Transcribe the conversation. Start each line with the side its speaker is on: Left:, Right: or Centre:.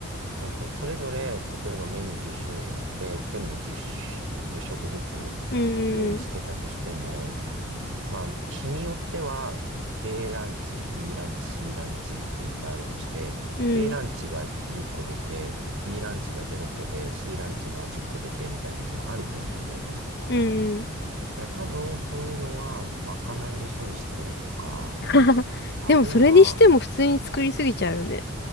Right: そうそう、それぞれ、例えばメニュー10種類あって、全部10し、じゅう食ずつ
Left: うん
Right: 用意してたとしても、
Left: うん
Right: まあ、日によっては、A ランチ、B ランチ、C ランチっていっぱいあるとして、
Left: うん。うん。
Right: A ランチが10個出て、B ランチが0個で、C ランチが10個出てみたいな日もあると思うんだよね。
Left: うんうん。
Right: だから多分そういうのはまかないで処理してるとか、
Left: <laughs>
Right: あるいは
Left: でもそれにしても普通に作りすぎちゃうよね。